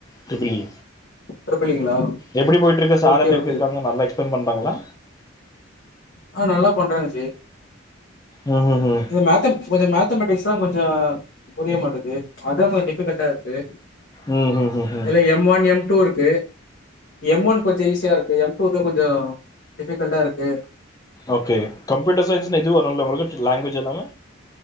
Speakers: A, on the left (about 20°); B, on the left (about 55°).
A: ட்ரிபிள் இ
B: ட்ரிபிள் இ ங்களா
A: எப்புடி போய்யிட்டுருக்கு சார்
B: ஓகே
A: எல்லா எப்புடி
B: ஓகே
A: இருக்காங்க நல்லா எக்ஸ்பிளைன் பண்ணுறாங்களா
B: ஆ நல்லா பண்றாங்க ஜி
A: ம் ம்
B: இது மேத்த கொஞ்சே மேத்தமெட்டிக்ஸ் தா கொஞ்சே புரிய மாட்டேங்து அத கொஞ்சே டிஃபிகல்ட்டா இருக்கு
A: ம் ம் ம் ம்
B: இதுல எம் ஒன் எம் டூ இருக்கு எம் ஒன்னு கொஞ்சே ஈஸியா இருக்கு எம் டூ இது கொஞ்சே டிஃபிகல்ட்டா இருக்கு
A: ஓகே கப்யூட்டர் சயின்ஸ்னு எதுவு வரும்ல உங்களுக்கு லாங்குவேஜ் எல்லாமே